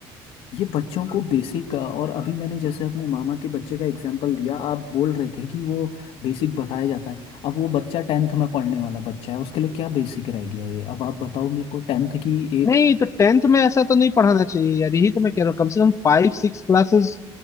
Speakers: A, on the left (about 70°); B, on the left (about 30°).
A: ये बच्चों को बेसिक और अभी मैंने जैसे अपने मामा के बच्चे का एग्जांपल लिया आप बोल रहे थे कि वो बेसिक बताया जाता है अब वो बच्चा टेंथ में पढ़ने वाला बच्चा है उसके लिए क्या बेसिक रह गया ये अब आप बताओ मेरे को टेंथ की ए
B: नहीं तो टेंथ में ऐसा तो नहीं पढ़ाना चाहिए यार यही तो मैं कह रहा हूँ कम से कम फाइव सिक्स क्लासेस